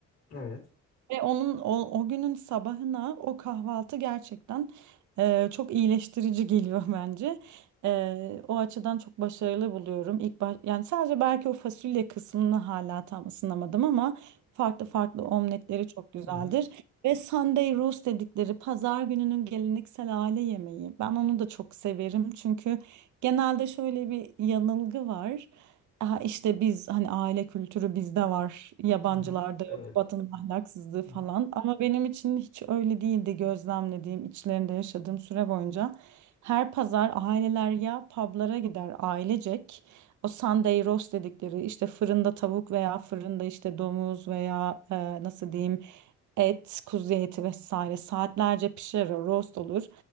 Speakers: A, on the left; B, on the right.
A: Evet.
B: Ve onun o, o günün sabahına o kahvaltı gerçekten e, çok iyileştirici geliyor <laughs> bence. E, o açıdan çok başarılı buluyorum. İlk baş, yani sadece belki o fasulye kısmını hala tam ısınamadım ama farklı farklı omletleri çok güzeldir.
A: hı hı,
B: Ve Sunday roast dedikleri pazar gününün geleneksel aile yemeği. Ben onu da çok severim çünkü genelde şöyle bir yanılgı var. Aha işte biz hani aile kültürü bizde var, yabancılarda
A: hı hı, Evet.
B: yok, Batı'nın ahlaksızlığı falan.
A: hı hı.
B: Ama benim için hiç öyle değildi gözlemlediğim, içlerinde yaşadığım süre boyunca. Her pazar aileler ya publara gider ailecek. O Sunday roast dedikleri işte fırında tavuk veya fırında işte domuz veya e, nasıl diyeyim et, kuzu eti vesaire saatlerce pişer o roast olur.